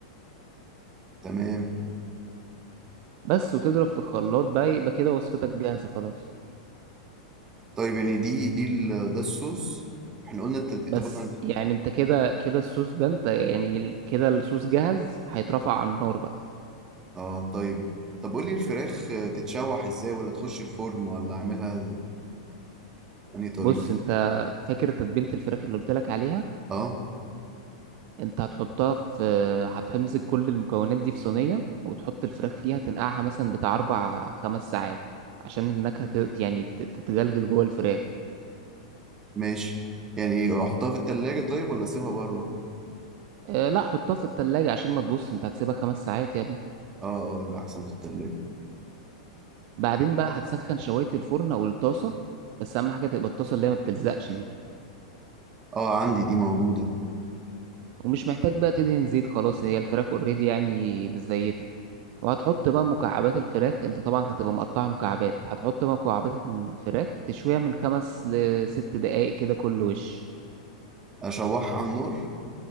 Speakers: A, on the right; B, on the right.
A: تمام
B: بس وتضرب في الخلاط بقى يبقى كده وصفتك جاهزة خلاص
A: طيب يعني دي دي ال... ده الصوص احنا قلنا التتبيل
B: بس
A: طب انا
B: يعني انت كده كده الصوص ده انت يعني ال- كده الصوص جاهز هيترفع على النار بقى
A: اه طيب طب قول لي الفراخ آه، تتشوح ازاي ولا تخش الفرن ولا اعملها بأنهي طريقه
B: بص انت فاكر تتبيلة الفراخ اللي قلت لك عليها
A: اه
B: انت هتحطها في هتمسك كل المكونات دي في صينية وتحط الفراخ فيها تنقعها مثلا بتاع أربع خمس ساعات عشان النكهة ت- يعني ت- تتجلجل جوه الفراخ
A: ماشي يعني احطها في التلاجة طيب ولا اسيبها بره
B: اه لا حطها في التلاجة عشان ما تبص انت هتسيبها خمس ساعات يا ابني
A: اه اه يبقى احسن في التلاجة
B: بعدين بقى هتسخن شواية الفرن أو الطاسة بس أهم حاجة تبقى الطاسة اللي هي ما بتلزقش دي
A: اه عندي دي موجوده
B: ومش محتاج بقى تدهن زيت خلاص هي الفراخ اوريدي يعني مزيتة وهتحط بقى مكعبات الفراخ انت طبعا هتبقى مقطعة مكعبات هتحط بقى مكعبات الفراخ تشويها من خمس لست دقايق كده كل وش
A: اشوحها على النار